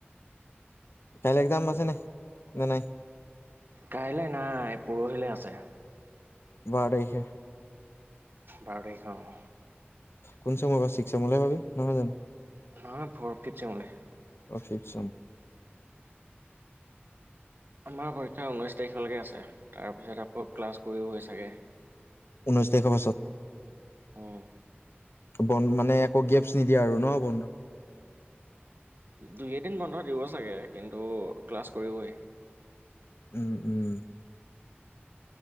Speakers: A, on the left; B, on the right.
A: কাইলৈ এক্জাম আছে নে নাই
B: কাইলে নাই পৰহিলে আছে।
A: বা়ৰ তাৰিখে।
B: বাৰ তাৰিখ অওঁ
A: কোন চেময় বা চিশ চেমৰ পাবি নহয় জানো
B: নহয় ফৰ ফিফ চঙালে
A: অফিকছ
B: আমাৰ পৰীক্ষা ঊনৈশ তাৰিখলৈকে আছে তাৰপিছত আকৌ ক্লাছ কৰিব চাগে
A: ঊনৈশ তাৰিখৰ পাছত
B: উম,
A: বন্ মানে একো গেপছ নিদিয়ে আৰু ন বন্ধ
B: দুই এদিন বন্ধ দিব চাগে কিন্তু ক্লাছ কৰিবই
A: উম উম